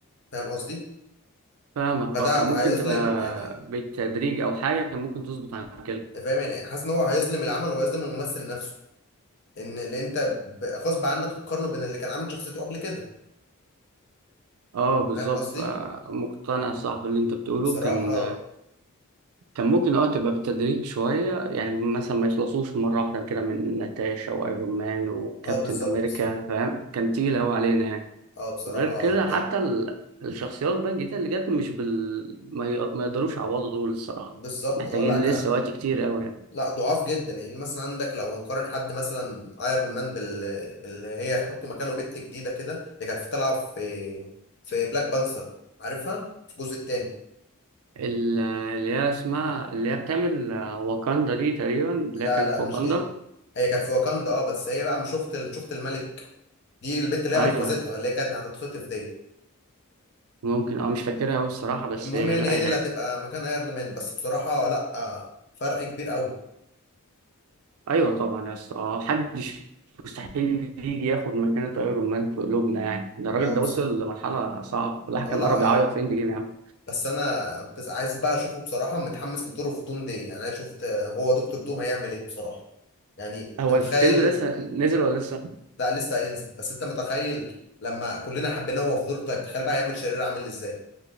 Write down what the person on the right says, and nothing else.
فاهمك
اه كان ممكن
تبقى
بالتدريج او حاجه كان ممكن تظبط عن كده
اه بالظبط
فمقتنع صاحب اللي انت بتقوله
كان كان ممكن اه تبقى بالتدريج شوية يعني مثلا ما يخلصوش مرة واحدة كده من ناتاشا وايرون مان وكابتن
امريكا فاهم كان تقيل اوي علينا يعني
وغير كده
حتى ال- الشخصيات بقى الجديدة اللي جت مش بال ما, ي... ما يقدروش يعوضوا دول الصراحة
محتاجين
لسه وقت كتير اوي يعني
ال- اللي هي اسمها اللي هي بتعمل واكاندا دي تقريبا اللي
هي كانت
في
واكاندا
ايوه
ممكن اه مش فاكرها اوي الصراحة بس
لا
يعني
ايوه طبعا يا اسطى آه، محدش مستحيل يجي ياخد مكانة ايرون مان في قلوبنا يعني ده الراجل
ده
وصل
لمرحلة صعبة الواحد
كان
قرب يعيط
في اند جيم يا عم
هو
الفيلم لسه نزل ولا لسه؟